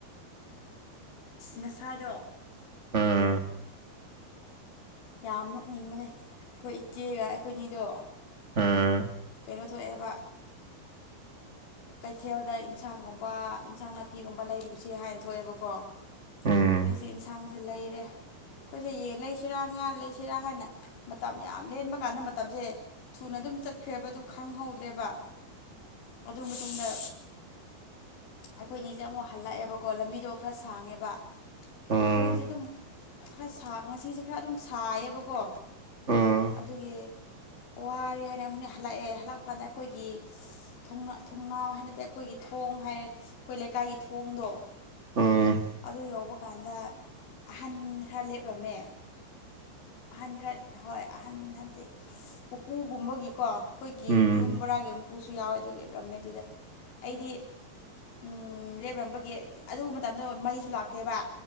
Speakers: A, on the left; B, on the right.
A: ꯅꯁꯥꯏꯗꯣ
B: ꯎꯝ
A: ꯌꯥꯝ ꯅꯣꯛꯅꯤꯡꯕꯅꯦ ꯑꯩꯈꯣꯏ ꯏꯆꯦꯒ ꯑꯩꯈꯣꯏꯅꯤꯗꯣ
B: ꯑꯝ
A: ꯀꯩꯅꯣ ꯊꯣꯛꯣꯑꯕ ꯀꯩꯊꯦꯜꯗ ꯏꯟꯁꯥꯡꯒꯨꯝꯕ ꯏꯟꯁꯥꯡ ꯅꯥꯄꯤꯒꯨꯝꯕ ꯂꯩꯔꯨꯁꯦ ꯍꯥꯏꯅ ꯊꯣꯛꯑꯦꯕꯀꯣ
B: ꯎꯝ
A: ꯑꯩꯈꯅꯤꯁ ꯌꯦꯟꯁꯥꯡꯁꯦ ꯂꯩꯔꯦ ꯑꯩꯈꯣꯏꯁꯦ ꯌꯦꯟ ꯂꯩꯁꯤꯔꯥ ꯉꯥ ꯂꯩꯁꯤꯔꯥ ꯍꯥꯏꯅ ꯃꯇꯝ ꯌꯥꯝ ꯂꯦꯟꯕ ꯀꯥꯟꯗ ꯃꯇꯝꯁꯦ ꯊꯨꯅ ꯑꯗꯨꯝ ꯆꯠ ꯈꯈ꯭ꯔꯦꯕꯗꯨ ꯈꯪꯍꯧꯗ꯭ꯔꯦꯕ ꯑꯗꯨ ꯃꯇꯨꯡꯗ ꯑꯩꯈꯣꯏꯅꯤꯁꯦ ꯑꯃꯨꯛ ꯍꯜꯂꯛꯑꯦꯕꯀꯣ ꯂꯝꯕꯤꯗꯣ ꯈꯔ ꯁꯥꯡꯉꯦꯕ
B: ꯎꯝ
A: ꯈꯨꯅꯤꯁꯦ ꯑꯗꯨꯝ ꯈꯔ ꯉꯁꯤꯁꯦ ꯈꯔ ꯑꯗꯨꯝ ꯁꯥꯏꯌꯦꯕꯀꯣ
B: ꯎꯝ
A: ꯑꯗꯨꯒꯤ ꯋꯥꯔꯦ ꯍꯥꯏꯅ ꯑꯩꯈꯣꯏꯅ ꯍꯥꯏ ꯂꯥꯛꯑꯦ ꯍꯜꯂꯥꯛꯄ ꯀꯥꯟꯗ ꯑꯩꯈꯣꯏꯒꯤ ꯊꯣꯡꯅꯥꯎ ꯍꯥꯏꯅꯗꯤꯦ ꯑꯩꯈꯣꯏꯒꯤ ꯊꯣꯡ ꯍꯥꯏꯔꯦ ꯑꯩꯈꯣꯏ ꯂꯩꯀꯥꯏ ꯑꯩ ꯊꯣꯡꯗꯣ
B: ꯎꯝ ꯎꯝ
A: ꯑꯗꯨ ꯌꯧꯕ ꯀꯥꯟꯗ ꯑꯍꯟ ꯈꯔ ꯂꯦꯞꯂꯝꯃꯦ ꯑꯍꯟ ꯈꯔ ꯍꯣꯏ ꯑꯍꯟ ꯍꯥꯏꯕꯗꯤ ꯎꯄꯨꯒꯨꯝꯕꯒꯤꯀꯣ ꯑꯩꯈꯣꯏꯒꯤ
B: ꯎꯝ
A: ꯌꯨꯝ ꯕꯣꯔꯥꯒꯤ ꯃꯄꯨꯁꯨ ꯌꯥꯎꯋꯦ ꯑꯗꯨ ꯂꯦꯞꯂꯝꯝꯃꯦ ꯑꯗꯨꯗ ꯑꯩꯗꯤ ꯎꯝ ꯂꯦꯞꯔꯝꯕꯒꯤ ꯑꯗꯨꯕ ꯃꯇꯝꯗ ꯃꯩꯁꯨ ꯂꯥꯛꯇꯦꯕ